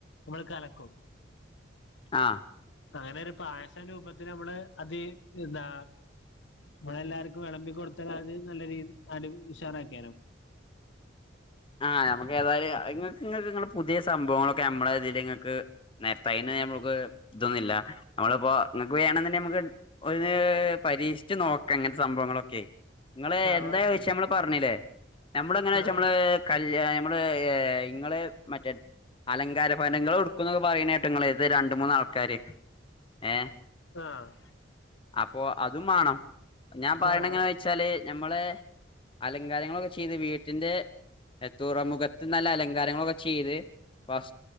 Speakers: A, on the left; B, on the left.
A: മ്മൾ കലക്കും
B: ആഹ്
A: അങ്ങനെ ഒരു പായസ രൂപത്തിൽ നമ്മള് അത് എന്താ നമ്മള എല്ലാർക്കും വിളമ്പി കൊടുത്തൽ അത് നല്ല രീതി അടി ഉഷാറാക്കിയരുന്നു.
B: <inaudible> ആഹ് നമുക്ക് ഏതായാലുംങ്ങക്ക്ങ്ങള് പുതിയ സംഭവങ്ങളൊക്കെ നമ്മള ഇതിൽങ്ങക്ക് നെര്ത്താ അയ്‌ന് നമ്മൾക്ക് ഇതൊന്നുല്ല നമ്മളിപ്പോ വേണംന്നുണ്ടെങ്കി നമുക്ക് ഒര് പരീക്ഷിച്ച് നോക്കാം ങ്ങനത്തെ സംഭവങ്ങളൊക്കെ നിങ്ങള്
A: ആഹ്
B: എന്താ
A: ഉറപ്പാ
B: ചോച്ച നമ്മള് പറഞ്ഞല്ലേ നമ്മള എങ്ങനാെ
A: ആഹ്
B: നമ്മള്- കല്യാ നമ്മള് ഇങ്ങള് മറ്റേ അലങ്കാര പനങ്ങൾ എടുക്കും എന്നൊക്കെ പറയുന്ന കേട്ട് നിങ്ങള ഇത് രണ്ട മൂന്നാൾക്കാാര് ഏ
A: ആഹ്
B: പ്പൊ അതും മാണം ഞാൻ പറയണ
A: ആഹ്
B: എങ്ങന്ന് വെച്ചാല് നഞമ്മള അലങ്കാരങ്ങളൊക്കെ ചെയ്ത് വീട്ടിന്റെ തുറമുഖത്ത് നല്ല അലങ്കാരങ്ങളൊക്കെ ചെയ്ത് ഫസ്